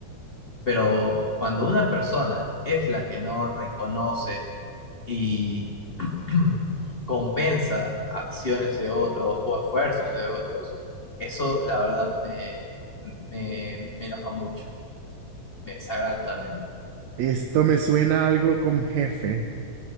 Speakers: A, on the left (about 20°); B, on the right (about 75°).
A: pero cuando una persona es la que no reconoce y <clears throat> compensa acciones de otros o esfuerzos de otros, eso la verdad me, me, me enoja mucho, me desagrada totalmente,
B: Esto me suena a algo con jefe.